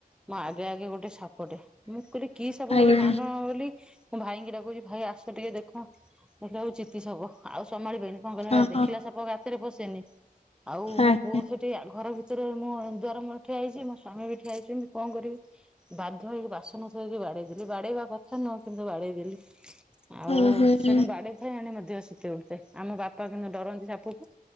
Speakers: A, in the centre; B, on the left.
A: ମା ଆଗେ ଆଗେ ଗୋଟେ ସାପଟେ ମୁଁ କହିଲି କିସାପ
B: ଆଜ୍ଞା
A: ବୋଲି କାଣ୍ଡୁନଳି ବୋଲି ମୁଁ ଭାଇଙ୍କି ଡାକୁଚି ଭାଇ ଆସ ଟିକେ ଦେଖ ଦେଖିଲା ବେଳକୁ ଚିତି ସାପ ଆଉ ସମାଳିମିନି କଣ କଲା ଭାଇ
B: ଓହୋ
A: ଦେଖିଲା ସାପ ଗାତରେ ପସେନି ଆଉ
B: ଆଜ୍ଞା
A: ମୋ ପୁଅ ଖା ଟେ ଘର ଭିତରେ ମୋଦ୍ୱାର ମୁହଁରେ ଠିଆ ହେଇଚି ମୋ ସ୍ଵାମୀବି ଠିଆ ହେଇଚନ୍ତି କଣ କରିବି ବାଧ୍ୟ ହେଇକି ବାସନ ଥୋଇକି ବାଡ଼େଇଦେଲି ବାଡେ଼ଇବା କଥା ନୁହଁ କିନ୍ତୁ ବାଡ଼େଇଦେଲି। ଆଉ
B: ହୁଁ ହୁଁ
A: ସେଣେ ମାଡ଼େଇଥାଏ ଏଣେ ମଦେହ ଶୀତଇଉଠୁଥାଏ ଆମ ବାପା କିନ୍ତୁ ଡରନ୍ତି ସାପକୁ